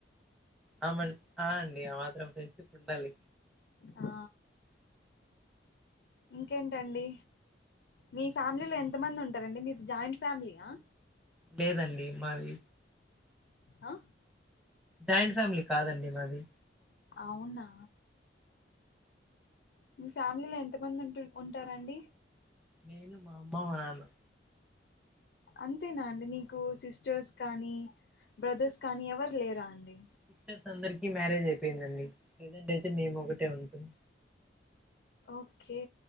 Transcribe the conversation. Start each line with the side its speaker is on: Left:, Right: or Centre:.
Centre: అమెల్ ఆ ది ఆ మాత్రం ఫ్రెండ్షిప్ ఉండాలి
Left: ఆ ఇంకేంటండి మీ ఫ్యామిలీలో
Centre: హ్మ్.
Left: ఎంత మంది ఉంట ారండి మీది జాయింట్ ఫ్యామిలీయా
Centre: లేదండి మాది
Left: ఆ
Centre: జాయింట్ ఫ్యామిలీ కాదండి మాది
Left: అవునా మీ ఫ్యామిలీలో ఎంత మంది ఉంటు ఉంటారంండి
Centre: నేను మా అమ్మ మా నాన్న
Left: అంతేనా అండి మీకు సిస్టర్స్ కానీ
Centre: సిస్
Left: బ్రదర్స్ కానీ ఎవరు లేరా అండి
Centre: సిస్టర్స్ అందరికి మ్యారేజ్ అయిపోయిందండి ప్రజెంట్ అయితే మేము ఒకటే ఉంటాం
Left: ఓకే